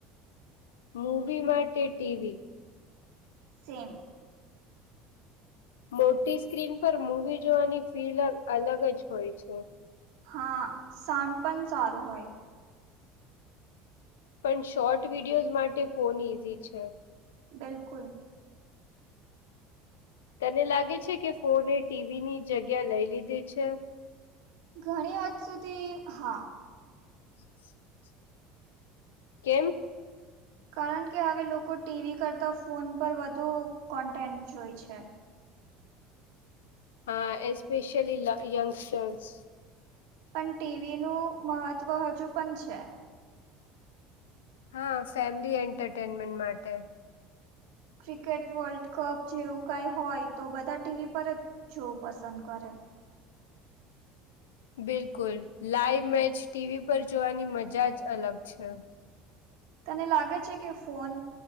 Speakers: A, on the left; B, on the right.
A: મૂવી માટે ટીવી
B: સેમ
A: મોટી સ્ક્રીન પર મૂવી જોવાની ફીલ અલગ જ હોય છે
B: હા સાંડ પણ સારું હોય
A: પણ શોર્ટ વિડીયોઝ માટે ફોન ઈઝી છે.
B: બિલકુલ.
A: તને લાગે છે કે ફોને ટીવીની જગ્યા લઈ લીધી છે.
B: ઘણી વાત સુધી હા.
A: હ <inaudible> કેમ
B: કારણ કે હવે લોકો ટીવી કરતાં ફોન પર વધુ કન્ટેન્ટ જોઈ છે.
A: હા એસ્પેશલી યંગસ્ટર્સ
B: પણ ટીવીનું મહત્ત્વ હજુ પણ છે.
A: હા ફેમિલી એન્ટરટેનમેન્ટ માટે
B: ક્રિકેટ વર્લ્ડ કપ જેવું કાઈ હોય તો બધા ટીવી પર જ જોવું પસંદ કરે
A: બિલકુલ લાઈવ મેચ ટીવી પર જોવાની મજા જ અલગ છે.
B: તને લાગે છે કે ફોન